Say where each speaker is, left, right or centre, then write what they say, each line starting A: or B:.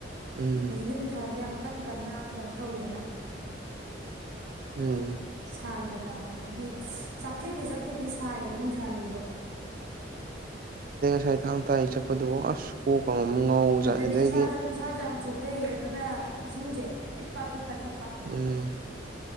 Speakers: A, on the right (about 50°); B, on the right (about 75°).
A: ꯎꯝ
B: ꯍꯧꯖꯤꯛꯀꯤ ꯅꯨꯡꯁꯥꯁꯦ ꯌꯥꯝ ꯀꯟ ꯀꯟꯅ ꯀꯩꯅꯣ ꯇꯧꯋꯤꯗꯅ
A: ꯎꯝ
B: ꯁꯥꯏꯗ ꯑꯗꯨꯅ ꯍꯥꯏꯗꯤ ꯆꯥꯛꯊꯦꯛꯀꯦ ꯆꯥꯛꯊꯦꯛꯀꯦ ꯁꯥꯔꯦꯕ ꯅꯨꯡꯁꯥꯁꯤꯁꯨ
A: ꯊꯥꯡꯪ ꯇ ꯍ ꯆꯄꯗꯕꯣ ꯑꯁ ꯀꯣꯛꯀ ꯑꯃꯨꯛ ꯉꯥꯎꯕꯖꯥꯠꯅꯤ
B: ꯑꯗꯨꯗꯤ
A: ꯑꯗꯒꯤ
B: ꯏꯁꯥꯁꯨ ꯏꯁꯥꯁꯨ ꯌꯥꯝ ꯁꯣꯛꯊꯩ ꯑꯗꯨꯅ ꯑꯦꯁꯤꯡ ꯁꯦ ꯄꯤꯠ ꯄꯥꯠ ꯄꯤꯠ ꯄꯥꯠ ꯊꯀꯄꯥ
A: ꯎꯝ